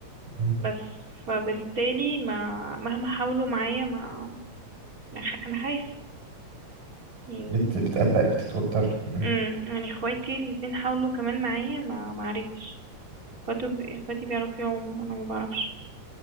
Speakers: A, on the right (about 80°); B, on the right (about 25°).
A: مم.
B: بس فبالتالي ما مهما حاولوا معايا ما ما خ- انا خايف يعني
A: بت... بتقلق بتتوتري مم.
B: امم يعني اخواتي الاتنين حاولوا كمان معايا ما ما عرفتش اخواتي اخواتي بيعرفوا يعوموا انا ما بعرفش